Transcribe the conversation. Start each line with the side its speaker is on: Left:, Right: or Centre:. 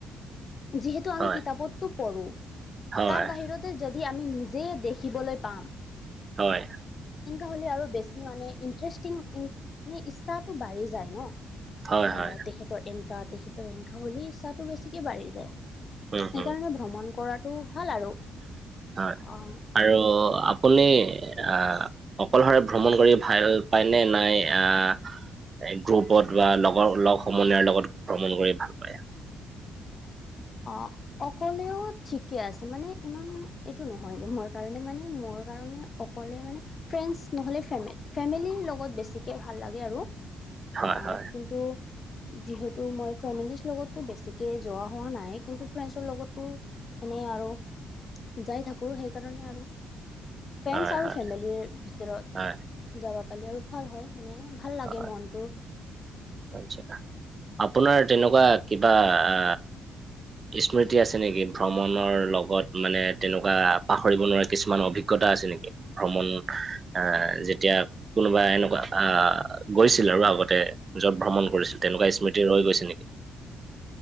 Left: যিহেতু আমি
Right: হয়
Left: কিতাপত তো পঢ়ো,
Right: হয়
Left: তাৰ বাহিৰতে যদি আমি নিজে দেখিবলৈ পাম।
Right: হয়।
Left: এনেকুৱা হ'লে আৰু বেছি মানে ইণ্টছৰেষ্টিং ইং সেই ইচ্ছাটো বাঢ়ি যায় ন।
Right: হয়
Left: অৱ,
Right: হয়
Left: তেখেতৰ এনেকা, তেখেতৰ সেনেকা বুলি ইচ্ছাটো বেছিকে বাঢ়ি যায়।
Right: উম
Left: সেইকাৰণে
Right: হম
Left: ভ্ৰমণ কৰাটো ভাল আৰু।
Right: হয়,
Left: অ
Right: আৰু আপুনি আ অকলশৰে ভ্ৰমণ কৰি ভাল পায়নে নাই? আ এ গ্ৰুপত বা লগৰ লগ সমনিয়াৰ লগত ভ্ৰমণ কৰি ভাল পায়।
Left: অ অকলেও ঠিকে আছে। মানে, ইমান এইটো নহয় মাৰ কাৰণে মানে, মোৰ কাৰণে অকলে মানে, ফ্ৰেণ্ডছ নহ'লে ফেমে ফেমিলিৰ লগত বেছিকে ভাল লাগে আৰু।
Right: হয়
Left: অ-
Right: হয়
Left: কিন্তু, যিহেতু মই ফেমিলিছ্ লগতো বেছিকে যোৱা হোৱা নাই। নাই, কিন্তু ফ্ৰেণ্ডছৰ লগতো এনে আৰু যাই থাকোঁ, সেইকাৰণে আৰ ৰু ফ্ৰেণ্ডছ
Right: হয়
Left: আৰু
Right: হয়
Left: ফেমিলিৰ ভিতৰত
Right: হয়
Left: যাব পাৰিলে আৰু ভাল হয়, মানে ভাল লাগে
Right: হয়
Left: মনটো।
Right: আচ্ছা, আপোনাৰ তেনেকুৱা কিবা আ স্মৃতি আছে নিকি ভ্ৰমণৰ লগত মানে তেনেকুৱা পাহৰিব নোৱাৰা কিছুমান অভিগ গতা আছে নিকি ভ্ৰমণ এ যেতিয়া কোনোবা এনেকুৱা আহ গৈছিল আৰু আগতে য'ত ভ্ৰমণ কৰিছিল তেনেকুৱা স্মৃতি ৰৈ গৈছে নিকি